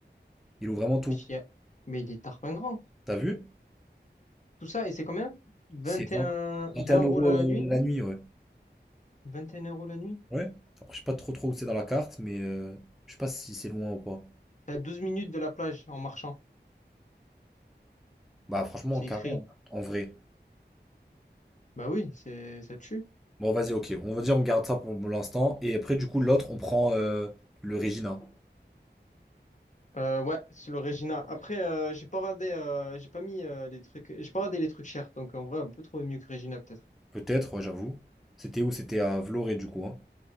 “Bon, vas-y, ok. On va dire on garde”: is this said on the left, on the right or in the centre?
Centre